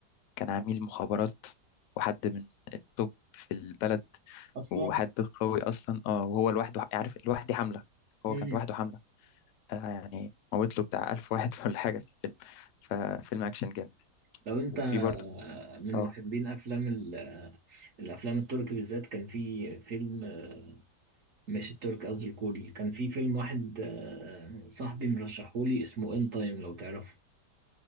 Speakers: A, on the left (about 75°); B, on the right (about 55°).
A: كان عميل مخابرات وحد من التوب في البلد
B: أصلا
A: وحد قوي أصلا اه وهو لوحده عارف لوحده حملة هو
B: أمم
A: كان لوحده حملة آه، يعني موت له بتاع ألف واحد <laughs> ولا حاجة في الفيلم ففيلم أكشن جامد
B: لو أنت
A: وفي
B: آه،
A: برضه
B: من
A: اه
B: محبين أفلام ال- آه، الأفلام التركي بالذات كان في فيلم آه، مش التركي قصدي الكوري كان في فيلم واحد آه، صاحبي مرشحولي اسمه إن تايم لو تعرفه